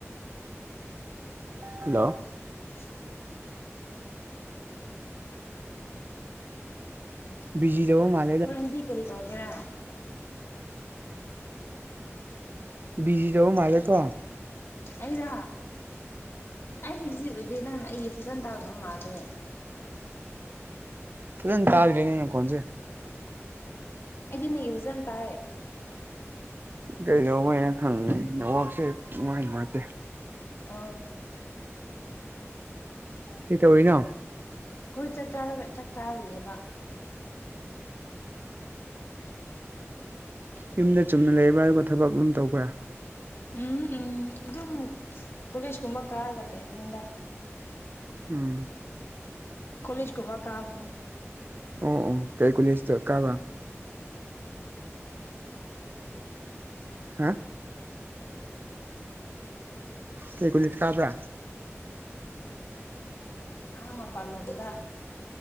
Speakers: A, on the right; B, on the left.
A: ꯍꯦꯜꯂꯣ
B: <inaudible>
A: ꯄꯤꯖꯤ ꯇꯧꯕ ꯃꯥꯜꯂꯦ
B: ꯍꯣꯔꯦꯟꯗꯤ ꯀꯔꯤ ꯇꯧꯒꯦꯔꯥ
A: ꯄꯤꯖꯤ ꯇꯧꯕ ꯃꯥꯜꯂꯦꯀꯣ
B: ꯑꯩꯅ ꯑꯩ ꯕꯤꯖꯤ ꯑꯣꯏꯗꯦ ꯅꯪꯅ ꯑꯩꯒꯤ ꯐꯖꯅ ꯇꯥꯗꯕ ꯃꯥꯜꯂꯦ
A: ꯐꯖꯅ ꯇꯥꯗ꯭ꯔꯦ ꯅꯈꯣꯟꯁꯦ
B: ꯑꯩꯗꯤ ꯅꯪꯒꯤ ꯐꯖꯅ ꯇꯥꯏꯌꯦ
A: ꯀꯩꯗꯧꯕꯩꯅꯣ ꯈꯪꯗꯦ ꯅꯦꯠꯋꯥꯛꯁꯦ ꯁꯨꯡꯉꯥꯏ ꯅꯨꯡꯉꯥꯏꯇꯦ
B: ꯑꯧ
A: ꯀꯩꯗꯧꯔꯤꯅꯣ
B: ꯑꯩꯈꯣꯏ ꯆꯥꯛ ꯆꯔ ꯆꯥꯛ ꯆꯥꯔꯨꯏꯌꯦꯕ <inaudible>
A: ꯌꯨꯝꯗ ꯆꯨꯝꯅ ꯂꯩꯕ꯭ꯔꯥ ꯑꯗꯨꯒ ꯊꯕꯛ ꯑꯗꯨꯝ ꯇꯧꯕ꯭ꯔꯥ
B: ꯎꯝ ꯎꯝ ꯎꯝ ꯑꯗꯨꯝ ꯀꯣꯂꯦꯖꯀꯨꯝꯕ ꯀꯥꯔꯒ ꯂꯩꯕꯅꯤꯗ
A: ꯎꯝ
B: ꯀꯣꯂꯦꯖꯀꯨꯝꯕ ꯀꯥꯕꯅꯦ
A: ꯑꯣ ꯑꯣ ꯀꯩ ꯀꯣꯂꯦꯖꯇ ꯀꯥꯕ ꯍꯥ ꯀꯩ ꯒꯨꯂꯤꯠ ꯇꯥꯕ꯭ꯔꯥ
B: ꯑꯥ ꯃꯄꯥꯟꯂꯣꯝꯗ